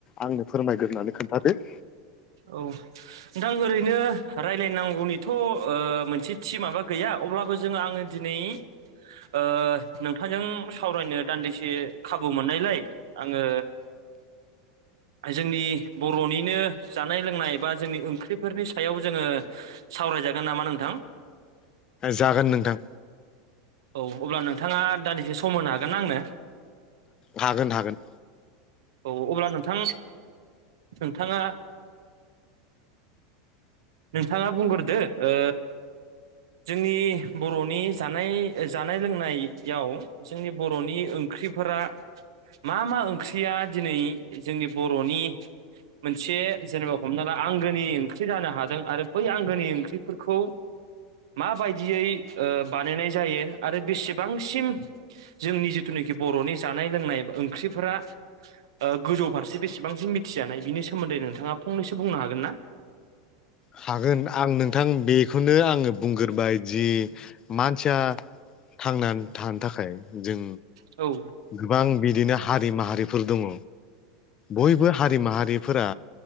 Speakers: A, on the left; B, on the right.
A: आंनो फोरमायग्रोनानै खोन्थादो।
B: औ नोंथां ओरैनो राय्लायनांगौनिथ' ओ मोनसे थि माबा गैया अब्लाबो जोङो आङो दिनै ओ नोंथांजों सावरायनो दान्दिसे खाबु मोननायलाय आङो जोंनि बर'निनो जानाय लोंनाय बा जोंनि ओंख्रिफोरनि सायाव जोङो सावरायजागोन नामा नोंथां?
A: जागोन नोंथां
B: औ अब्ला नोंथाङा दान्दिसे सम होनो हागोन ना आंनो?
A: हागोन हागोन।
B: औ अब्ला नोंथां नोंथाङा नोंथाङा बुंग्रोदो ओ जोंनि बर'नि जानाय जानाय लोंनायाव जोंनि बर'नि ओंख्रिफोरा मा मा ओंख्रिया दिनै जोंनि बर'नि मोनसे जेनेबा हमना ला आंगोनि ओंख्रि जानो हा दों आरो बै आंगोनि ओंख्रिफोरखौ माबायदियै ओ बानायनाय जायो आरो बेसेबांसिम जोंनि जिथुनाखि बर'नि जानाय लोंनाय ओंख्रिफोरा ओ गोजौ फारसे बेसेबांसिम मिथिजानाय बिनि सोमोन्दै नोंथाङा फंनैसो बुंनो हागोन ना?
A: हागोन आं नोंथां बेखौनो आङो बुंग्रोबाय जि मानसिया थांनानै थानो थाखाय जों
B: औ
A: गोबां बिदिनो हारि माहारिफोर दङ' बयबो हारि माहारिफोरा